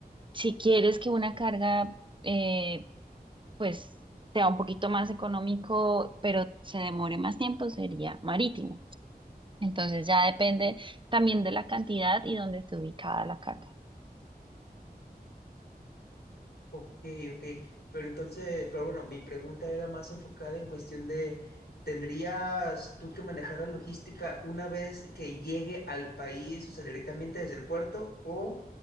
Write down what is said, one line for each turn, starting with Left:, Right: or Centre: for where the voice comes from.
Right: Si quieres que una carga, eh, pues, sea un poquito más económico, pero se demore más tiempo, sería marítimo. Entonces ya depende también de la cantidad y dónde esté ubicada la carga.
Left: Ok, ok. Pero entonces, pero bueno, mi pregunta era más enfocada en cuestión de, ¿tendrías tú que manejar la logística una vez que llegue al país, o sea, directamente desde el puerto o